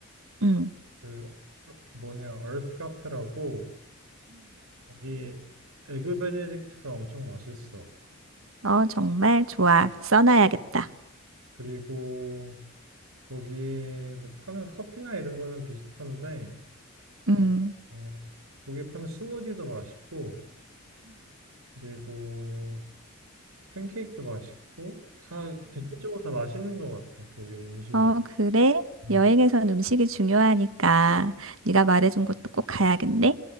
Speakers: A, on the right; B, on the right.
A: 응응응.
B: 그 뭐냐, 얼스 카페라고 거기 에그 베네딕트가 엄청 맛있어.
A: 어, 정말 좋아. 써놔야겠다.
B: 그리고 거기에 뭐 파는 커피나 이런 거는 비슷한데,
A: 응응응.
B: 어, 어, 거기에 파는 스무디도 맛있고, 그리고 팬케이크도 맛있고, 다 대체적으로 다 맛있는 것 같아. 거기 음식이.
A: 어, 그래.
B: 음.
A: 여행에선 음식이 중요하니까 네가 말해준 곳도 꼭 가야겠네.